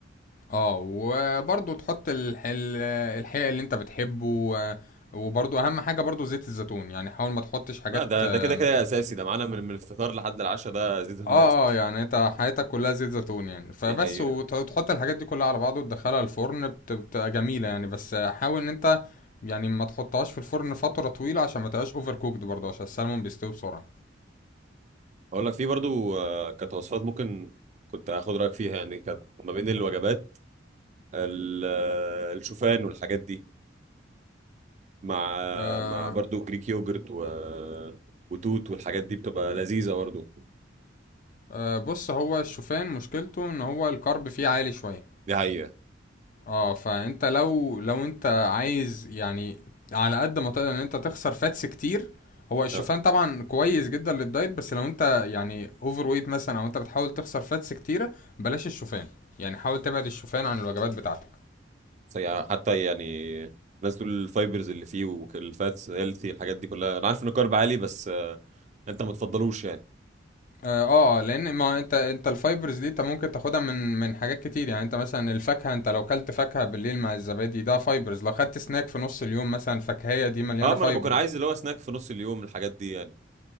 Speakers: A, on the left; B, on the right.
A: اه وبرضو تحط الح... ال- الحقيقة اللي انت بتحبه و- وبرضو اهم حاجة برضو زيت الزيتون يعني حاول ما تحطش حاجات
B: لا ده
A: اه
B: ده كده كده اساسي ده معانا من من الفطار لحد العشاء ده زيت الزيتون
A: آه،
B: ده اساسي
A: يعني انت حياتك كلها زيت زيتون يعني فبس
B: دي حقيقة
A: وت- وتحط الحاجات دي كلها على بعض وتدخلها الفرن بت- بتبقى جميلة يعني بس حاول ان انت يعني ما تحطهاش في الفرن فترة طويلة عشان ما تبقاش اوفر كوكد برضه عشان السلمون بيستوي بسرعة
B: اقول لك في برضو آه، كانت وصفات ممكن كنت هاخد رايك فيها يعني كانت ما بين الوجبات ال- آه، الشوفان والحاجات دي مع آه،
A: آه
B: مع برضو جريك يوجرت و... وتوت والحاجات دي بتبقى لذيذه برضو
A: آه بص هو الشوفان مشكلته ان هو الكارب فيه عالي شوية
B: دي حقيقه
A: اه فانت لو لو انت عايز يعني على قد ما تقدر ان انت تخسر فاتس كتير هو الشوفان
B: لا
A: طبعا كويس جدا للدايت بس لو انت يعني اوفر ويت مثلا او انت بتحاول تخسر فاتس كتيره بلاش الشوفان يعني حاول تبعد الشوفان عن الوجبات بتاعتك
B: سي- حتى يعني الناس تقول الفايبرز اللي فيه والفاتس هيلثي الحاجات دي كلها انا عارف ان الكارب عالي بس آه، انت ما تفضلوش يعني
A: اه اه آه، لان ما انت انت الفايبرز دي انت ممكن تاخدها من من حاجات كتير يعني انت مثلا الفاكهه انت لو كلت فاكهه بالليل مع الزبادي ده فايبرز لو خدت سناك في نص اليوم مثلا فاكهيه دي مليانه
B: اه ما
A: فايبرز
B: انا بكون عايز اللي هو سناك في نص اليوم الحاجات دي يعني